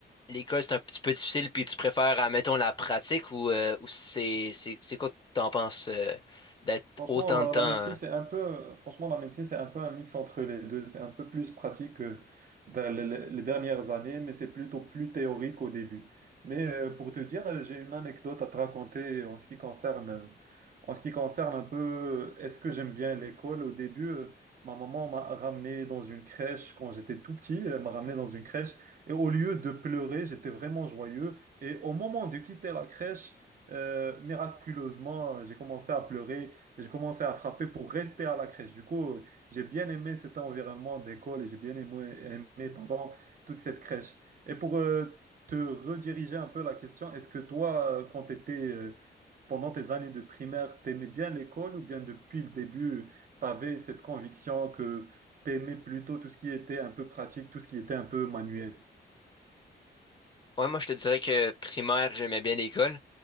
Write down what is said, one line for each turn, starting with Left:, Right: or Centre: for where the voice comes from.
Left: l'école, c'est un petit peu difficile, puis tu préfères, admettons, la pratique ou, euh, ou c'est, c'est, c'est quoi que t'en penses euh, d'être
Right: Franchement,
Left: autant de
Right: euh,
Left: temps?
Right: la
Left: hein?
Right: médecine, c'est un peu, franchement, la médecine, c'est un peu un mix entre les deux. C'est un peu plus pratique que dans les les- les dernières années, mais c'est plutôt plus théorique au début. Mais euh, pour te dire, euh, j'ai une anecdote à te raconter en ce qui concerne, en ce qui concerne un peu, euh, est-ce que j'aime bien l'école? Au début, euh, ma maman m'a ramené dans une crèche quand j'étais tout petit, elle m'a ramené dans une crèche et au lieu de pleurer, j'étais vraiment joyeux. Et au moment de quitter la crèche, euh, miraculeusement, j'ai commencé à pleurer. Et J'ai commencé à frapper pour rester à la crèche. Du coup, euh, j'ai bien aimé cet environnement d'école et j'ai bien aimé, aimé, pendant toute cette crèche. Et pour euh, te rediriger un peu la question, est-ce que toi, euh, quand tu étais, euh, pendant tes années de primaire, t'aimais bien l'école ou bien depuis le début, tu avais cette conviction que t'aimais plutôt tout ce qui était un peu pratique, tout ce qui était un peu manuel?
Left: Ouais, moi, je te dirais que primaire, j'aimais bien l'école.